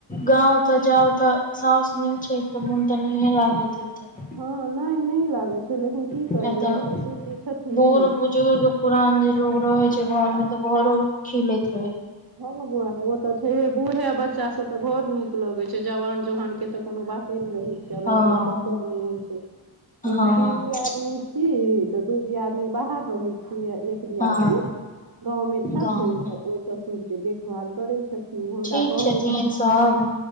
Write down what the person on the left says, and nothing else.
गाँव तऽ जाउ तऽ सउस नहि छै तऽ मोन त नहि लागैत हेतै
किया
तऽ
बूढ़ बुजुर्ग पुरान जे लोग रहय घर मे तऽ घरो खिलेैत
हँ
हँ
हँ
गाँवमे
ठीक
छथिन सब